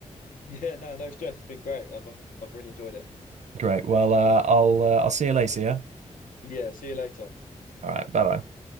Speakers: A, on the left (about 80°); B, on the right (about 60°).
A: Yeah, no, no stress. It's been great. I've I've really enjoyed it.
B: Great. Well, uh, I'll uh, I'll see you later. Yeah.
A: Yeah, see you later.
B: All right. Bye bye.